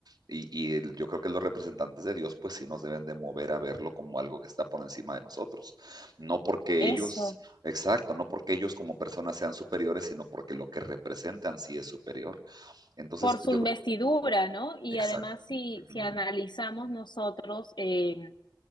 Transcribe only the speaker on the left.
eso.
por
su
investidura,
¿no? Y
además si,
si analizamos nosotros eh,